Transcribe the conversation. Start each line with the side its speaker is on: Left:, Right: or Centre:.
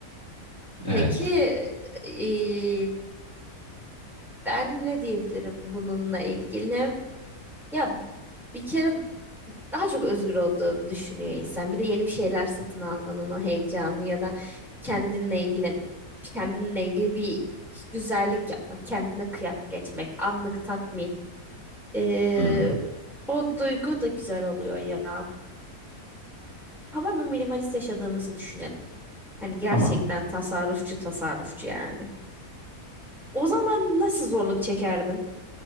Left: Evet.
Centre: Peki e, ben ne diyebilirim bununla ilgili? Ya bir kere daha çok özgür olduğunu düşünüyor insan. Bir de yeni bir şeyler satın almanın o heyecanı ya da kendinle ilgili kendinle ilgili bir güzellik yapmak, kendine kıyak geçmek, anlık tatmin. Ee,
Left: Hmm,
Centre: o duygu da güzel oluyor ya. Tamamen minimalist yaşadığımızı düşünelim. Hani gerçekten
Left: tamam.
Centre: tasarrufçu tasarrufçu yani. O zaman nasıl zorluk çekerdin?